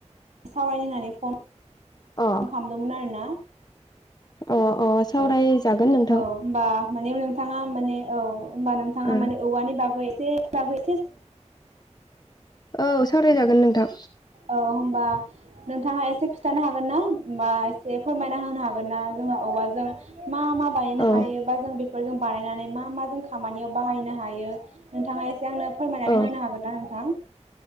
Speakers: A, on the right; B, on the left.
A: सावराय होनानै फन
B: अ
A: खामदोंमोन आरो ना
B: अ सावरायजागोन
A: औ
B: नोंथां
A: औ होनबा माने नोंथाङा माने औ होनबा नोंथाङा
B: ओ
A: माने औवानि बागै जे <unintelligible>
B: औ सावरायजागोन नोंथां।
A: औ होनबा नोंथाङा एसे खिन्थानो हागोन ना। होमबा एसे फोरमायना होनो हागोन ना जोंहा औवाजों मा-मा बायनो
B: ओ औ
A: हायो बा जों बे फोर जों बानायनानै मा-मा जों खामानियाव बाहायनो हायो नोंथाङा ए जोंहानो फोरमायनानै
B: औ
A: होनो हागोन ना नोंथां।